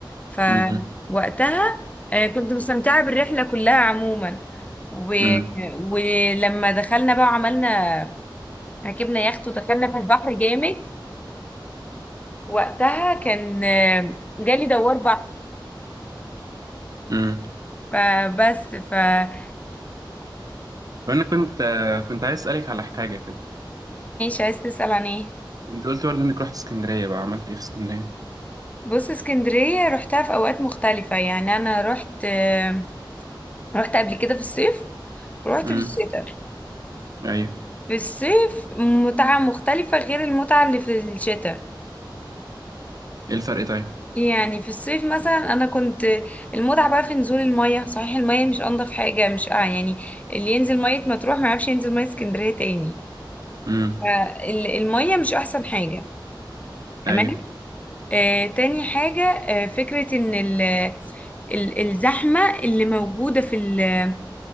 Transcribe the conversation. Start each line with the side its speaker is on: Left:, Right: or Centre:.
Left: فوقتها
Right: امم
Left: آه، كنت مستمتعه بالرحله كلها عموما و...
Right: امم
Left: ولما دخلنا بقى وعملنا ركبنا يخت ودخلنا في البحر جامد وقتها كان آه، جالي دوار بحر
Right: امم
Left: فبس فمش
Right: فانا كنت آه، كنت عايز اسالك على حاجه كده
Left: عايز تسأل عن ايه
Right: انت قلت برضه انك رحت اسكندريه بقى عملت ايه في اسكندريه
Left: بص اسكندرية رحتها في اوقات مختلفة يعني انا رحت آه، رحت قبل كده في الصيف ورحت
Right: امم
Left: في الشتاء
Right: ايوه
Left: في الصيف متعة مختلفة غير المتعة اللي في الشتاء
Right: ايه الفرق طيب
Left: يعني في الصيف مثلا انا كنت المتعة بقى في نزول المية صحيح المية مش انضف حاجة مش اه يعني اللي ينزل مية مطروح ما يعرفش ينزل مية اسكندرية تاني
Right: امم
Left: فالمية مش احسن حاجة تمام
Right: ايوه
Left: آه، تاني حاجة آه، فكرة ان ال ال الزحمة اللي موجودة في ال-